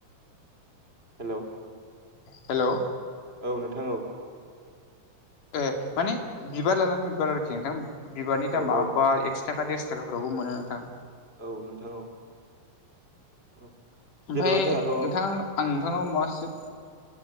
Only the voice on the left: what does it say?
हेलौ
ए माने बिबार लानानै बिबार आरोखि नोंथां बिबारनि
दामा
बा एक्स थाखा देरस थाखाफ्रावबो मोनो नोंथां
ओमफाय
नोंथां
आं नोंथांनाव माबासो सो